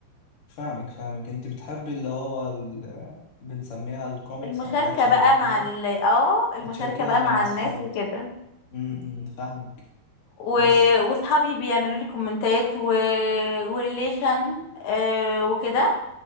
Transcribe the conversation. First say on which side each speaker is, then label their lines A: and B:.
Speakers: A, on the left; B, on the left.
A: فاهمك فاهمك انت بتحبي اللي هو ال... بنسميها الكوميكس
B: المشاركة
A: او حاجات شبه
B: بقى
A: كده
B: مع ال... اه المشاركة
A: تشاركيها
B: بقى
A: مع
B: مع
A: اصحابك
B: الناس وكده
A: امم فاهمك
B: و...
A: بس
B: وصحابي بيعملوا لي كومنتات و... وريليشن آه وكده